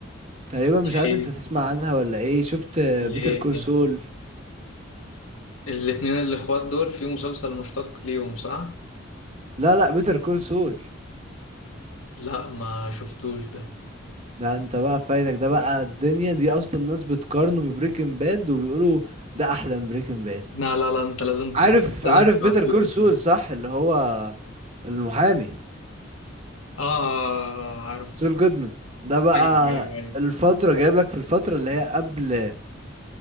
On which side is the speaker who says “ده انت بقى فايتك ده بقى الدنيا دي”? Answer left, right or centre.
Right